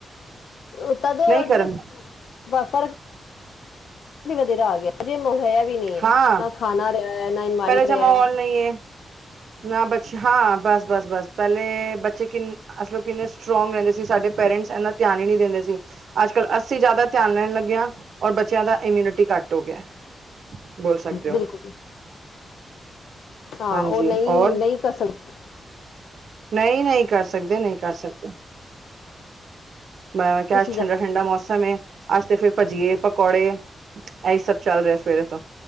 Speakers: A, on the left (about 85°); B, on the right (about 55°).
A: ਉ ਤਦੇ
B: ਨਹੀਂ
A: ਅੱਜ
B: ਕਰਨ
A: ਵੀ ਬਹੁਤ ਫਰਕ ਨ‌ਈਂ ਵਧੇਰਾ ਆ ਗਿਆ, ਅਜੇ ਮਨ ਹੋਇਆ ਵੀ ਨੀ ਐ,
B: ਹਾਂ
A: ਨਾ ਖਾਣਾ ਰਿਹਾ ਨਾ ਇੰਨਵਾਂਇਰਮੇਂਟ
B: ਪਹਿਲੇ ਜ
A: ਰਿਹਾ
B: ਮਾਹੌਲ
A: ਐ।
B: ਨਹੀਂ ਹੈ ਨਾ ਬਚ ਹਾਂ ਬਸ-ਬਸ, ਬਸ ਪਹਿਲੇ ਬੱਚੇ ਕਿਨ ਅਸੀਂ ਲੋਕ ਕਿੰਨੇ ਸਟਰੋਂਗ ਰਹਿੰਦੇ ਸੀ, ਸਾਡੇ ਪੇਰੈਂਟਸ ਇੰਨਾ ਧਿਆਨ ਈ ਨੀ ਦਿੰਦੇ ਸੀ। ਅੱਜ -ਕੱਲ੍ਹ ਅੱਸੀ ਜ਼ਿਆਦਾ ਧਿਆਨ ਲੈਣ ਲੱਗੇ ਆ ਔਰ ਬੱਚਿਆਂ ਦਾ ਇਮਿਊਨਿਟੀ ਘੱਟ ਹੋ ਗਿਆ ਐ। ਬੋਲ ਸਕਦੇ ਓ।
A: ਬਿਲਕੁਲ ਹਾਂ,
B: ਹਾਂਜੀ
A: ਉਹ ਨ‌ਈਂ,
B: ਔਰ
A: -ਨ‌ਈਂ ਕਰ ਸਕਦਾ
B: ਨਹੀਂ, ਨਹੀਂ ਕਰ ਸਕਦੇ ਨਹੀਂ ਕਰ ਸਕਦੇ। ਮੈਂ ਕਿਹਾ
A: ਤੁਸੀਂ
B: ਅੱਜ
A: ਦੱਸੋ
B: ਠੰਡਾ -ਠੰਡਾ ਮੌਸਮ ਏ ਅੱਜ ਤੇ ਫੇਰ ਭਜੀਏ ਪਕੌੜੇ ਐਈ ਸਭ ਚੱਲ ਰਿਹਾ, ਸਵੇਰੇ ਤੋਂ